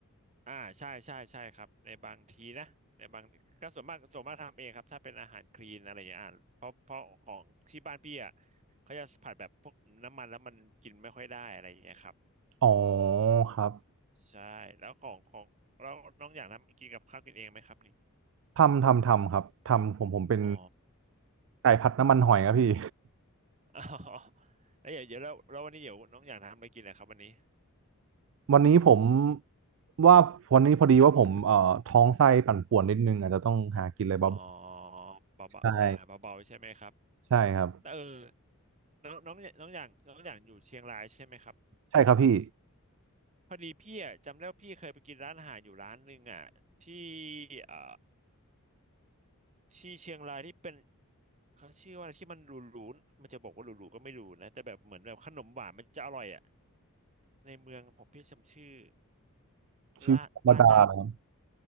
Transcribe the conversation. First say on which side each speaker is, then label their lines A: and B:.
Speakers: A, on the right; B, on the right.
A: อ่าใช่ใช่ใช่ครับในบางทีนะในบางก็ส่วนมากส่วนมากทำเองครับถ้าเป็นอาหารคลีนอะไรอย่างเงี้ยอ่าเพราะเพราะของที่บ้านพี่อ่ะเขาจะผัดแบบพวกน้ำมันแล้วมันกินไม่ค่อยได้อะไรอย่างเงี้ยครับ
B: อ๋อครับ
A: ใช่แล้วของของแล้วน้องหยางทำกินกับข้าวกินเองไหมครับนี่
B: ทำทำทำครับทำผมผมเป็น
A: อ๋อ
B: ไก่ผัดน้ำมันหอยครับพี่
A: <laughs> อ๋อแล้วเดี๋ยวเดี๋ยวแล้วแล้ววันนี้เดี๋ยวน้องอยากทำอะไรกินนะครับวันนี้
B: <laughs> วันนี้ผมว่าวันนี้พอดีว่าผมเอ่อท้องไส้ปั่นป่วนนิดนึงอาจจะต้องหากินอะไรบ้าง
A: อ๋อเบาๆอ่าเบาๆใช่ไหมครับ
B: ใช่ใช่ครับ
A: แต่เออน้องน้องน้องอย่างน้องอย่างอยู่เชียงรายใช่ไหมครับ
B: ใช่ครับพี่
A: พอดีพี่อ่ะจำได้ว่าพี่เคยไปกินร้านอาหารอยู่ร้านหนึ่งอ่ะที่เอ่อที่เชียงรายที่เป็นเขาชื่อว่าอะไรที่มันหรูๆมันจะบอกว่าหรูๆก็ไม่หรูนะแต่แบบเหมือนแบบขนมหวานมันจะอร่อยอ่ะในเมืองผมพี่จำชื่อ
B: ชีวิตธรรมดาเลยครับ
A: ร้านบ้านน้ำ